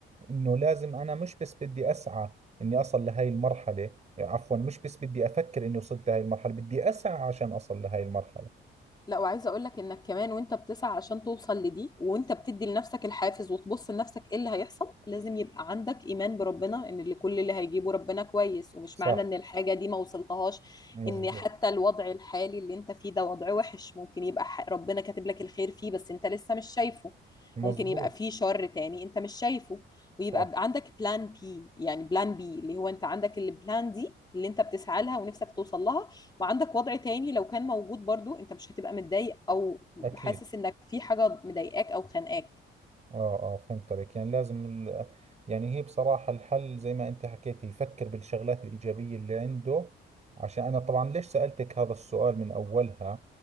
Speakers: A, on the right; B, on the left.
A: انه لازم انا مش بس بدي اسعى اني اصل لهي المرحلة عفوا مش بس بدي افكر اني وصلت لهي المرحلة بدي اسعى عشان اصل لهي المرحلة
B: لا وعايزه اقول لك انك كمان وانت بتسعى عشان توصل لدي وانت بتدي لنفسك الحافز وتبص لنفسك ايه اللي هيحصل لازم يبقى عندك ايمان بربنا ان اللي كل اللي هيجيبه ربنا كويس ومش
A: صح
B: معنى ان الحاجه دي ما وصلتهاش
A: مزبوط
B: ان حتى الوضع الحالي اللي انت فيه ده وضع وحش ممكن يبقى ح- ربنا كاتب لك الخير فيه بس انت لسه مش شايفه
A: مزبوط
B: ممكن يبقى فيه شر تاني انت مش شايفه
A: صح
B: ويبقى عندك بلان بي يعني بلان بي اللي هو انت عندك البلان دي اللي انت بتسعى لها ونفسك توصل لها وعندك وضع تاني لو كان موجود برضو انت مش هتبقى متضايق او
A: اكيد
B: حاسس انك في حاجة مضايقاك او خانقاك
A: اه اه فهمت عليك يعني لازم ال... يعني هي بصراحة الحل زي ما انت حكيت هي يفكر بالشغلات الإيجابية اللي عنده عشان انا طبعا ليش سألتك هذا السؤال من اولها